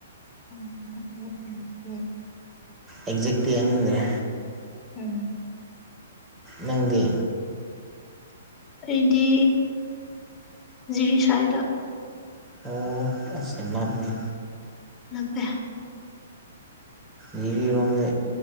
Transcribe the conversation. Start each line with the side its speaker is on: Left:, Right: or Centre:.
Left: ꯎꯝ ꯎꯝ ꯎꯝ ꯎꯝ
Right: ꯑꯦꯛꯖꯦꯛꯇꯤ ꯍꯥꯏꯅꯤꯡꯗ꯭ꯔꯦ
Left: ꯎꯝ
Right: ꯅꯪꯗꯤ
Left: ꯑꯩꯗꯤ ꯖꯤꯔꯤꯁꯥꯏꯗ
Right: ꯑꯣ ꯑꯁ ꯌꯝ ꯂꯞꯄꯤꯅꯦ
Left: ꯂꯞꯄꯦ
Right: ꯖꯤꯔꯤꯔꯣꯝꯗ